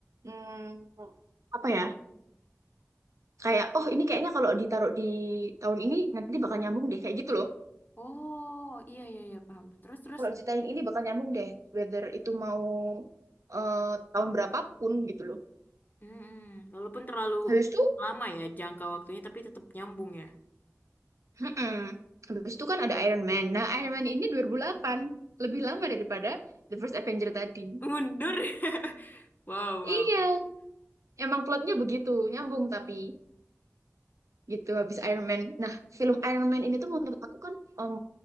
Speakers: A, on the right; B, on the left.
A: mm, apa ya? Kayak oh ini kayaknya kalau ditaruh di tahun ini nanti bakal nyambung deh kayak gitu loh.
B: Oh, iya, iya, iya, paham. Terus, terus.
A: Kalau ceritain ini bakal nyambung deh, whether itu mau eh, tahun berapapun gitu loh.
B: Mm-mm. Walaupun terlalu
A: Habis itu
B: lama ya jangka waktunya, tapi tetap nyambung ya.
A: Mm-mm. Habis itu kan ada Iron Man. Nah, Iron Man ini dua ribu delapan lebih lama daripada The First Avenger tadi.
B: Mundur. <laughs> Wow, wow.
A: Iya, emang plotnya begitu, nyambung tapi gitu habis Iron Man. Nah, film Iron Man ini tuh menurut aku kan um,